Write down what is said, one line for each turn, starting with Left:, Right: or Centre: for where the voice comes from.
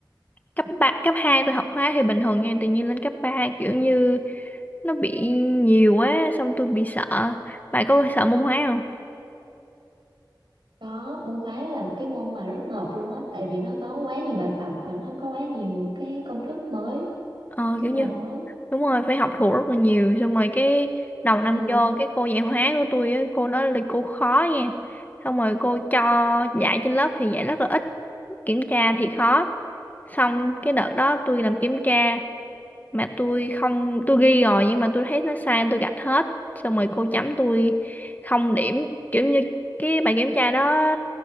Left: cấp ba cấp 2 tôi học hóa thì bình thường nha tự nhiên lên cấp 3 kiểu như nó bị nhiều quá xong tôi bị sợ bạn có sợ môn hóa không
Right: có môn hóa là cái môn mà rất ngợp luôn á tại vì nó có quá nhiều bài tập và nó có quá nhiều cái công thức mới
Left: ờ
Right: cách
Left: kiểu như
Right: làm mới
Left: đúng rồi phải học thuộc rất là nhiều xong rồi cái đầu năm
Right: ừ
Left: vô cái cô dạy hóa của tôi á cô đó là cô khó nha xong rồi cô cho dạy trên lớp thì dạy rất là ít kiểm tra thì khó xong cái đợt đó tôi làm kiểm tra mà tôi không tôi ghi rồi nhưng mà tôi thấy nó sai tôi gạch hết xong rồi cô chấm tôi không điểm kiểu như cái bài kiểm tra đó